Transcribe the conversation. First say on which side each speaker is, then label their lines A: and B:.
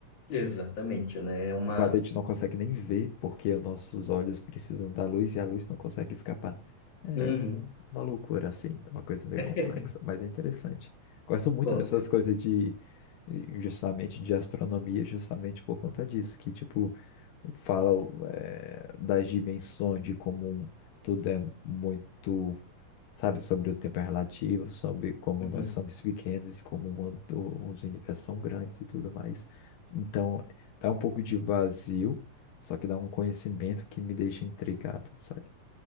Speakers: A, on the left (about 65°); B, on the left (about 85°).
A: Exatamente, né? É uma.
B: Tipo, a gente não consegue nem ver porque os nossos olhos precisam da luz e a luz não consegue escapar. É
A: Uhum,
B: uma loucura, assim, é uma coisa meio
A: <laughs>
B: complexa, mas é interessante. Gosto muito
A: com
B: dessas
A: certeza.
B: coisas de, eh, justamente, de astronomia, justamente por conta disso, que, tipo, fala, eh, das dimensões, de como tudo é muito sabe? Sobre o tempo é relativo, sobre como
A: Uhum.
B: nós somos pequenos e como o mundo, os universos são grandes e tudo mais. Então, dá um pouco de vazio, só que dá um conhecimento que me deixa intrigado, sabe?